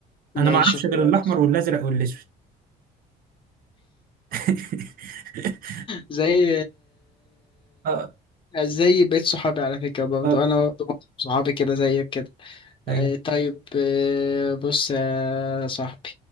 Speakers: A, on the left; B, on the right.
A: ماشي
B: أنا ما أعرفش
A: خلاص
B: غير الأحمر والأزرق والأسود <laughs>
A: زي
B: اه
A: آه، زي بقيت صحابي على فكرة برضو
B: اه
A: أنا برضو صحابي كده زيك كده
B: ايوه
A: آه، طيب آه، بص يا صاحبي